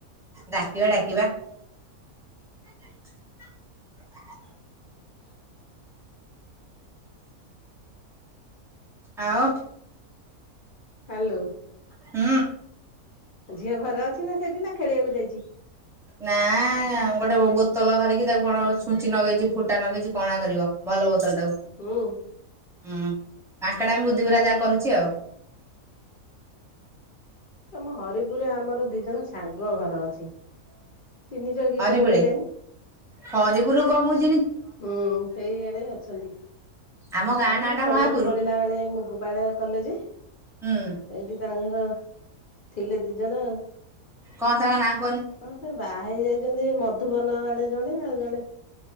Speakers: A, in the centre; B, on the left (about 50°).
A: ଡାକିବା ଡାକିବା। <inaudible>
B: <inaudible>
A: ଆଉ,
B: ହାଲୁ।
A: ହୁଁ।
B: ଝିଅ ଘରେ ଅଛି ନା ସେଇଠି! ନା ଖେଳିବାକୁ ଯାଇଛି।
A: ନାଁ- ଆଁ ଗୋଟେ ବୋତଲ ଧରିକି ତାକୁ କଣ ଛୁଞ୍ଚି ନଗେଇଛି, ଫୁଟା ନଗେଇଛି। କଣା କରିବ। ଭଲ ବୋତଲ ଟାକୁ
B: ହୁଁ
A: ହୁଁ। ମାଙ୍କଡାମି ବୁଧିଗୁରା ଯାହା କରୁଛି ଆଉ।
B: ତମ ହରିପୁରେ ଆମର ଦିଇ ଜଣ। ସାଙ୍ଗ ଘର ଅଛି। ଚିହ୍ନିଛ କି
A: ହରିପୁରେ
B: କଣ କେଜାଣି?
A: ହରିପୁର କମୁଛି।
B: ହୁଁ ସେଇଆଡେ ଅଛନ୍ତି
A: ଆମ ଗାଁ
B: ହଁ
A: ନାଁ ଟା
B: କଲେଜ
A: ମହାପୁର
B: ପଢିଲା ବେଳେ ମୁଗୁପାଳ କଲେ ଯେ ଏଇଠି
A: ହୁଁ
B: ତାଙ୍କ ଘର। ଥିଲେ ଦି ଜଣ।
A: କଣ ତା କ ନା?
B: ହଁ ସେ ବାହା ହେଇଯାଇ ମଧୁବନ ଆଡେ ଜଣେ ଆଉ। ଜେ